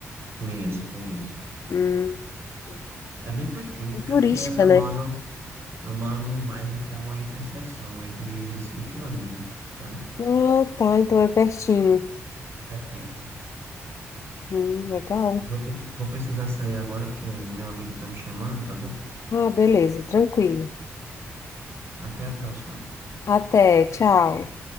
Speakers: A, on the right; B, on the left.
A: Conheço, conheço.
B: Hum, entendi.
A: É bem pertinho,
B: bem turística,
A: é porque eu
B: né?
A: moro, eu moro num bairro que é uma interseção entre Recife e Olinda, sabe?
B: Ah, tá. Então é pertinho.
A: É perto.
B: Hum, legal.
A: Vou ter que... Vou precisar sair agora porque meu amigo tá me chamando, tá bom?
B: Ah, beleza. Tranquilo.
A: Até a próxima.
B: Até. Tchau.